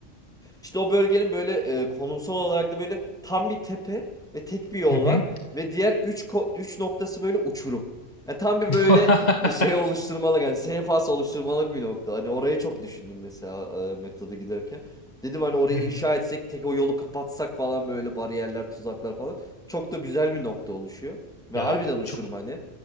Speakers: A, in the centre; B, on the left.
A: İşte o bölgenin böyle e, konumsal olarak da böyle tam bir tepe ve tek bir yol
B: Hı hı.
A: var ve diğer üç üç noktası böyle uçurum. Yani tam bir
B: <laughs>
A: böyle e, şey oluşturmalık yani seyfas oluşturmalık bir nokta. Hani orayı çok düşündüm mesela e, metroda giderken. Dedim hani orayı
B: Hı hı.
A: inşa etsek tek o yolu kapatsak falan böyle bariyerler tuzaklar falan. Çok da güzel bir nokta oluşuyor. Ve
B: Ya
A: harbiden uçurum
B: çok
A: hani.